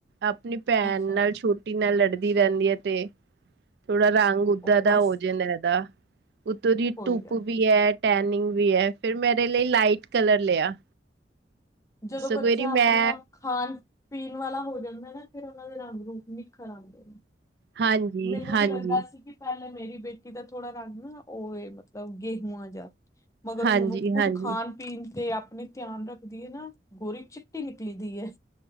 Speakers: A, on the right (about 65°); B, on the left (about 15°).
A: ਆਪਣੀ ਭੈਣ
B: ਅੱਛਾ,
A: ਨਾਲ ਛੋਟੀ ਨਾਲ ਲੜਦੀ ਰਹਿੰਦੀ ਹੈ ਤੇ ਥੋੜਾ ਰੰਗ ਉੱਦਾਂ
B: ਉਹ
A: ਦਾ
B: ਬਸ
A: ਹੋਜੇਦਾ ਇਹਦਾ। ਉਤੋਂ ਦੀ
B: ਕੋਈ
A: ਧੁੱਪ
B: ਗੱਲ
A: ਵੀ ਹੈ, ਟੈਨਿੰਗ ਵੀ ਹੈ। ਫਿਰ ਮੈਂ ਇਹਦੇ ਲਈ ਲਾਈਟ ਕਲਰ ਲਿਆ।
B: ਜਦੋਂ
A: ਸਗੋਂ
B: ਬੱਚਾ
A: ਇਹਦੀ
B: ਆਪਣੇ
A: ਮੈਂ
B: ਆਪ ਖਾਣ ਪੀਣ ਵਾਲਾ ਹੋ ਜਾਂਦਾ ਨਾ। ਫਿਰ ਉਹਨਾਂ ਦੇ ਰੰਗ ਰੂਪ ਨਿਖਰ ਆਉਂਦੇ ਨੇ।
A: ਹਾਂਜੀ
B: ਮੈਨੂੰ
A: ਹਾਂਜੀ
B: ਵੀ ਲੱਗਦਾ ਸੀ ਕਿ ਪਹਿਲੇ ਮੇਰੀ ਬੇਟ ਟੀ ਦਾ ਥੋੜਾ ਰੰਗ ਨਾ ਉਹ ਹੇ ਮਤਲਬ ਗੇਹੂਆਂ ਜਾ। ਮਗਰ
A: ਹਾਂਜੀ
B: ਹੁਣ ਉਹ ਖੁੱਦ
A: ਹਾਂਜੀ
B: ਖਾਣ ਪੀਣ ਤੇ ਆਪਣੇ ਧਿਆਨ ਰੱਖਦੀ ਹੈ ਨਾ। ਗੋਰੀ ਚਿੱਟੀ ਨਿਕਲੀ ਦੀ ਹੈ।